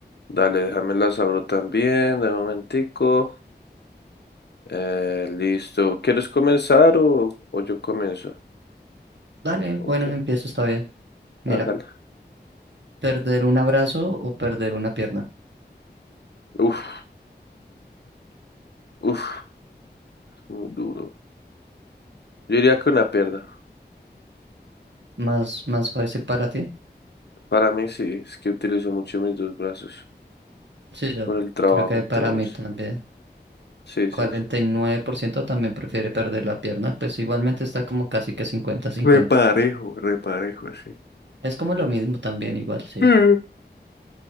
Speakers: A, on the left (about 70°); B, on the right (about 85°).
A: dale, déjame las abro también, de momentico. Eh, listo. ¿Quieres comenzar o, o yo comienzo?
B: Dale,
A: Ok,
B: bueno, empiezo, está bien. Mira,
A: hágala.
B: perder un abrazo o perder una pierna.
A: Uf, uf, muy duro. Yo diría que una pierna.
B: Más, más fácil para ti.
A: Para mí sí, es que utilizo mucho mis dos brazos
B: Sí, yo
A: por el trabajo
B: creo que
A: y todo
B: para mí
A: eso.
B: también.
A: Sí, sí,
B: cuarenta
A: sí.
B: y nueve por ciento también prefiere perder la pierna, pues igualmente está como casi que cincuenta cincuenta
A: Reparejo, reparejo, sí.
B: Es como lo mismo también, igual, sí.
A: <laughs>